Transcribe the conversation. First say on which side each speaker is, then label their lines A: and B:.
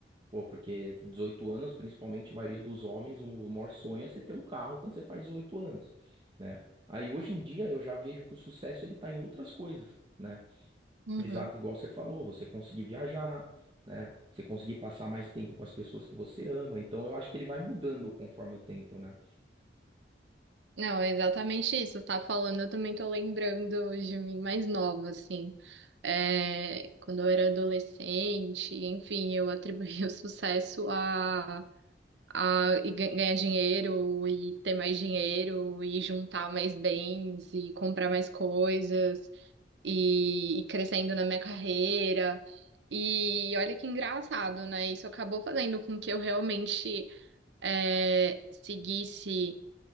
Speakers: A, on the right; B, on the right.
A: Pô, porque 18 anos, principalmente a maioria dos homens, o maior sonho é você ter um carro quando você faz 18 anos, né? Aí hoje em dia eu já vejo que o sucesso ele tá em outras coisas, né?
B: Uhum.
A: Exato, igual você falou, você conseguir viajar, né? Você conseguir passar mais tempo com as pessoas que você ama. Então eu acho que ele vai mudando conforme o tempo, né?
B: Não, é exatamente isso. Você tá falando, eu também tô lembrando de mim mais nova, assim. É, quando eu era adolescente, enfim, eu atribuía o sucesso a, a e gan- ganhar dinheiro e ter mais dinheiro e juntar mais bens e comprar mais coisas e, e crescendo na minha carreira. E olha que engraçado, né? Isso acabou fazendo com que eu realmente é, seguisse